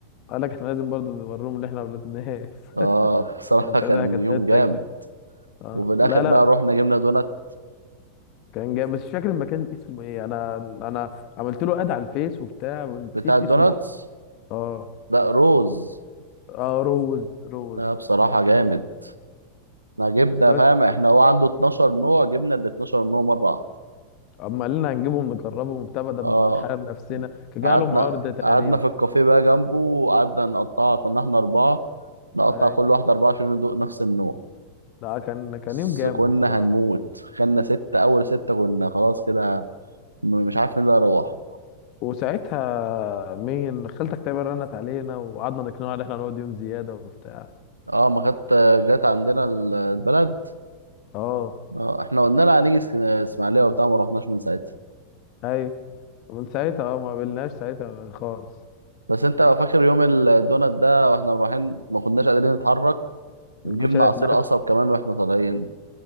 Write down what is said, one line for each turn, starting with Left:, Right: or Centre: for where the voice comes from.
Left: قال لك احنا لازم برضه نوريهم ان احنا اولاد ناس
Right: اه
Left: <laughs>
Right: صراحة
Left: كان ساعتها
Right: كان
Left: كانت
Right: يوم
Left: حته
Right: جامد
Left: جا اه
Right: وفي الآخر
Left: لا لا
Right: بقى رحنا جبنا دونات
Left: كان جاي بس مش فاكر المكان اسمه ايه انا انا عملت له اد على الفيس وبتاع ونسيت
Right: بتاع الدوناتس
Left: اسمه اصلا اه
Right: لا روز
Left: اه روز روز
Right: لا بصراحة جامد احنا جبنا
Left: بس
Right: فاهم احنا هو عنده 12 نوع جبنا ال 12 نوع مرة واحدة.
Left: اما قالنا هنجيبهم نجربهم وبتاع بدل ما
Right: اه
Left: نحير نفسنا كان
Right: قعدنا
Left: جاي لهم عرض تقريبا
Right: قعدنا في الكافيه بقى جنبه وقعدنا نقطعها كنا احنا أربعة نقطع
Left: اي
Right: كل واحدة أربعة عشان ندوق نفس النوع
Left: لا كان كان
Right: بس
Left: يوم جامد
Right: كنا
Left: بصراحه
Right: هنموت خدنا ستة أول ستة كنا خلاص كده م- مش عارف مين اللي هيروح
Left: وساعتها مين خالتك تقريبا رنت علينا وقعدنا نقنعها ان احنا نقعد يوم زياده وبتاع
Right: اه ما كانت جت عندنا ال- البلد
Left: اه
Right: اه احنا قلنا لها هنيجي اسك- اسماعيلية وبتاع ما رحناش من ساعتها
Left: ايوه ومن ساعتها اه ما قابلناش ساعتها خالص
Right: بس انت لو فاكر يوم الدونات ده واحنا رايحين ما كناش قادرين نتحرك جبنا
Left: ما كنتش قادر
Right: عصير
Left: اتنفس
Right: قصب كمان واحنا طالعين